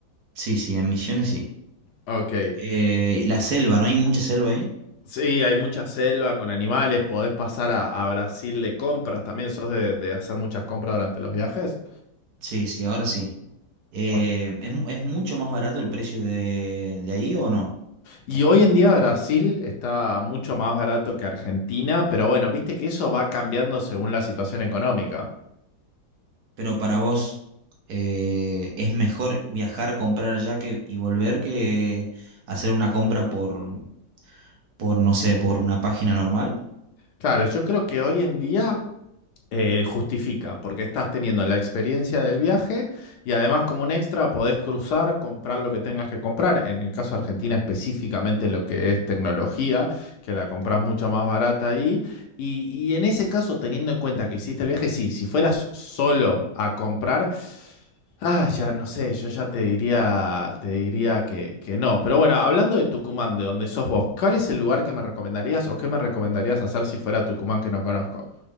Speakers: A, on the right (about 65°); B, on the left (about 70°).
A: Sí, sí, en Misiones sí.
B: Ok.
A: Eh, y la selva, ¿no? Hay mucha selva ahí.
B: Sí, hay mucha selva con animales, podés pasar a, a Brasil de compras, también sos de, de hacer muchas compras durante los viajes.
A: Sí, sí, ahora sí. Eh,
B: Ah.
A: ¿es, mu- es mucho más barato el precio de, de ahí o no?
B: Y hoy en día Brasil está mucho más barato que Argentina, pero bueno, viste que eso va cambiando según la situación económica.
A: Pero para vos, eh, ¿es mejor viajar, comprar allá que, y volver que hacer una compra por por, no sé, por una página normal.
B: Claro, yo creo que hoy en día eh, justifica, porque estás teniendo la experiencia del viaje y además como un extra podés cruzar, comprar lo que tengas que comprar. En el caso de Argentina específicamente lo que es tecnología, que la compras mucho más barata ahí. Y, y en ese caso, teniendo en cuenta que hiciste el viaje, sí, si fueras solo a comprar, ah, ya no sé, yo ya te diría, te diría que, que no. Pero bueno, hablando de Tucumán, de donde sos vos, ¿cuál es el lugar que me recomendarías o qué me recomendarías hacer si fuera a Tucumán que no conozco?